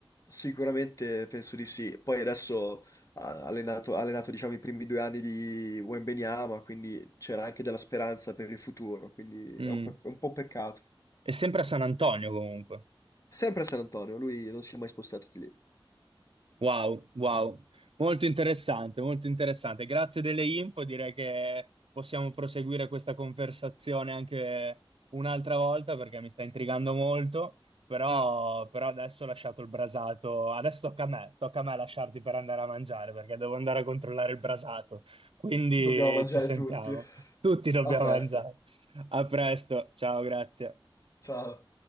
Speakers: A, on the left; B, on the right.
A: Sicuramente penso di sì. Poi adesso ha allenato, ha allenato, diciamo, i primi due anni di Wembeniama, quindi c'era anche della speranza per il futuro, quindi
B: Mm.
A: è un, pe- è un po' un peccato.
B: È sempre a San Antonio comunque.
A: Sempre a San Antonio, lui non si è mai spostato di lì.
B: Wow, wow, molto interessante, molto interessante. Grazie delle info, direi che possiamo proseguire questa conversazione anche un'altra volta perché mi sta intrigando molto, però, però adesso ho lasciato il brasato, adesso tocca a me, tocca a me lasciarti per andare a mangiare perché devo andare a controllare il brasato, quindi
A: Dobbiamo mangiare
B: ci sentiamo,
A: tutti.
B: tutti dobbiamo
A: A festa.
B: mangiare. A presto, ciao, grazie.
A: Ciao.